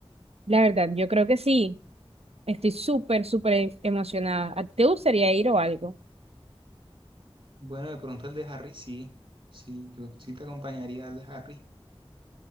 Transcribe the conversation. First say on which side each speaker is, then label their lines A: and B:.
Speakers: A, on the right (about 80°); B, on the right (about 60°).
A: La verdad, yo creo que sí. Estoy súper, súper emocionada. ¿A- ¿Te gustaría ir o algo?
B: Bueno, de pronto el de Harry sí. Sí, yo sí te acompañaría al de Harry.